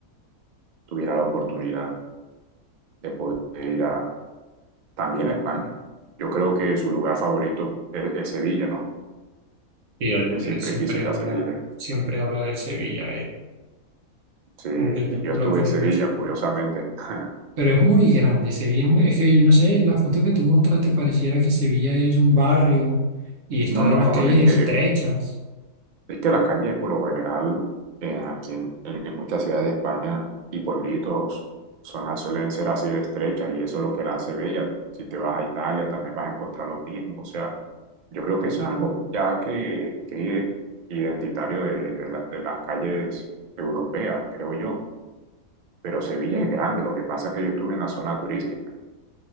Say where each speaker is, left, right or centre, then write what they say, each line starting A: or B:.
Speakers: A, on the right; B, on the right.
A: tuviera la oportunidad de poder ir a, también a España. Yo creo que su lugar favorito es, es Sevilla, ¿no?
B: Y él,
A: Él siempre
B: él siempre
A: quiso ir
B: habla,
A: a Sevilla.
B: siempre habla del Sevilla, él
A: Sí,
B: como que siempre
A: y yo estuve
B: lo ha querido
A: en Sevilla,
B: visitar.
A: curiosamente. <laughs>
B: Pero es muy grande, Sevilla es muy, es que yo no sé, la foto que tú mostraste pareciera que Sevilla es un barrio y está
A: No, no,
B: de las
A: no,
B: calles
A: es que,
B: estrechas.
A: es que las calles, por lo general, en, aquí en, en- en muchas ciudades de España y pueblitos son, suelen ser así de estrechas y eso es lo que la hace bella. Si te vas a Italia, también vas a encontrar lo mismo. O sea, Yo creo que eso es algo ya que, que es identitario de, de la- de las calles europeas, creo yo. Pero Sevilla es grande, lo que pasa es que yo estuve en la zona turística.